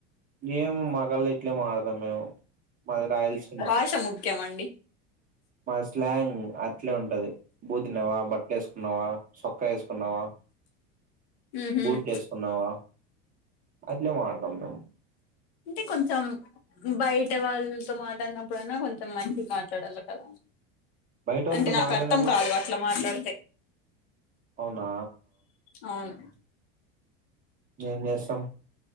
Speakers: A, on the right (about 25°); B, on the left (about 80°).
A: ఏమో మా కళ్ళ ఇట్లే మాట్లడతాం మేము మాది రాయల్సీమా
B: యాస ముఖ్యమండి
A: మా స్లాంగ్ అట్లే ఉంటది బూ తినవా బట్టలు వేసుకున్నావా సొక్కా వేసుకున్నావా
B: మ్మ్ హ్మ్
A: బూట్లేసుకున్నావా అట్లే మాట్లడతాం మేము
B: అంటే కొంచెం బయట వాళ్ళతో మాట్లాడినప్పుడనా కొంచెం మంచిగా మాట్లాడాలి కదా
A: బయట వాళ్ళతో
B: అంటే నాకు
A: మాట్లాడినప్పుడు
B: అర్థం కాదు అట్లా మాట్లాడితే
A: అవునా
B: అవును
A: ఏం చేస్తాం